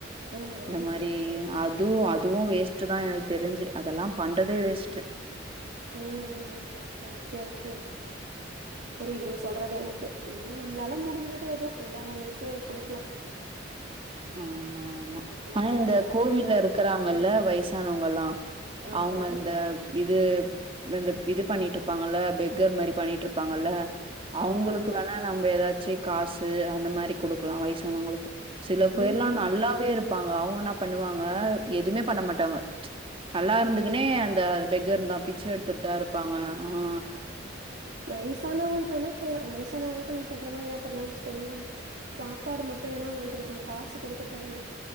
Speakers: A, on the right; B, on the right.
A: ஆமா.
B: இந்த மாரி அதுவு அதுவு வேஸ்டு தா எனக்கு தெரிஞ்சு அதெல்லாம் பண்றதே வேஸ்ட்டு.
A: உம் ஓகே ஓகே புரிது நீ சொல்றது எனக்கு உம் நம்ளால முடிஞ்சது எதோ இல்லாதவங்ளுக்கு குடுக்லாம்
B: ஆமா ஆமா
A: லட்ச
B: ஆனா
A: லட்சமா
B: இந்த கோவில்ல
A: குடுக்கலனாலும்
B: இருக்றாங்கல்ல வயிசானவங்கல்லா
A: ஆமா
B: அவுங்க இந்த இது இந்த இது பண்ணிட்டு இருப்பாங்கல்ல பெக்கர் மாதிரி பண்ணிட்டு இருப்பாங்கல்ல அவங்களுக்கு
A: ஆமா.
B: வேணா நம்ம ஏதாச்சி காசு அந்த மாரி குடுக்லா வயசானவங்களுக்கு சில போய்ர்லாம்
A: ம், ம்.
B: நல்லாவே இருப் அவங்க என்ன பண்ணுவாங்க எதுவுமே பண்ண மாட்டாங்க நல்லா இருந்துக்குனே அந்த இங்க இருந்தா பிச்ச எடுத்துட்டு தா இருப்பாங்க ஆ
A: வயசானவங்களுக்கு
B: ம்.
A: வேணா செய்யலா வயசானவங்களுக்கும் நீ சொல்ற மாரி ஏதாவது பண்லானு வச்சுக்கோயே சாப்பாடு மட்டு வேணா வாங்கி குடுக்லா காசு குடுக்க தேவல்ல